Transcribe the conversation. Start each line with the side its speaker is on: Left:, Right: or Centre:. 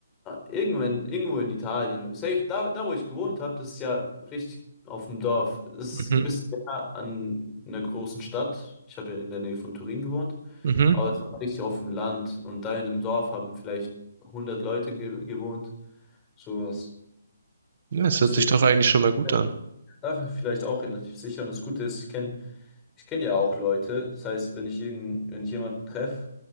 Left: irgendwann, irgendwo in Italien, safe, da, da wo ich gewohnt habe, das ist ja richtig auf dem Dorf. Das ist
Right: Mhm,
Left: ein bisschen näher an einer großen Stadt. Ich habe ja in der Nähe von Turin gewohnt,
Right: mhm.
Left: aber es war richtig auf dem Land und da in dem Dorf haben vielleicht hundert Leute ge gewohnt. Sowas.
Right: Ja, es
Left: Deswegen
Right: hört sich doch eigentlich schon mal gut
Left: ja,
Right: an.
Left: dafür vielleicht auch relativ sicher. Und das Gute ist, ich kenne ich kenn ja auch Leute. Das heißt, wenn ich irgend, wenn ich jemanden treffe,